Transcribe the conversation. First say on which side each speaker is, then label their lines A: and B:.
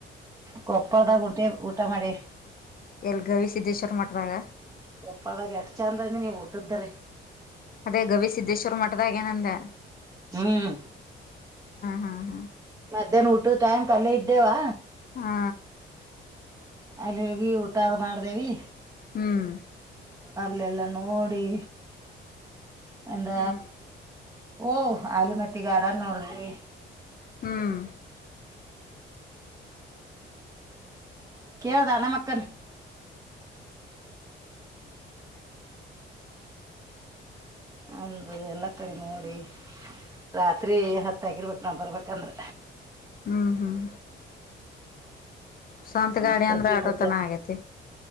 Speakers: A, on the right; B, on the left.
A: ಕೊಪ್ಪಳದಾಗ ಹೋಗಿ ಊಟ ಮಾಡಿವ
B: ಎಲ್ಲಿ ಗವಿ ಸಿದ್ದೇಶ್ವರ್ ಮಠದಾಗ
A: ಕೊಪ್ಪಳದಾಗ ಎಟ್ ಚಂದ ಅ ನೀವು ಊಟದ್ದ್ರ
B: ಅದೇ ಗವಿ ಸಿದ್ದೇಶ್ವರ್ ಮಠದಾಗೇನಂದೆ
A: ಹ್ಮ್
B: ಹಾ ಹಾ
A: ಮಧ್ಯಾಹ್ನ ಊಟದ್ ಟೈಮಕ ಅಲ್ಲೇ ಇದ್ದೇವಾ
B: ಹಾ
A: ಅಲ್ಲಿಹೋಗಿ ಊಟ ಅದ್ ಮಾಡ್ದೇವಿ
B: ಹ್ಮ್
A: ಅಲ್ಲೆಲ್ಲ ನೋಡಿ ಅಂದ
B: ಹ್ಮ್
A: ಓಹ್ ಆಲಮಟ್ಟಿಗ ಗಾರ್ಡನ ನೋಡಿದ್ವಿ
B: ಹ್ಮ್
A: ಕೇಳ್ದೆ ನಮಕ್ಕನ ಅಂದು ಎಲ್ಲಾ ಕಡೆ ನೋಡಿ ರಾತ್ರಿ ಹತ್ತ ಆಗಿರ್ಬೇಕ್ ನಾವ ಬರ್ಬೇಕಂದ್ರ
B: ಹ್ಮ್ ಹ್ಮ್ ಸ್ವಂತಗಾಡಿ
A: ಅಷ್ಟೊತ್ತಿಗೆ
B: ಅಂದ್ರೆ ಆಟೋತನ
A: ಬಂದೆ
B: ಆಗೇತಿ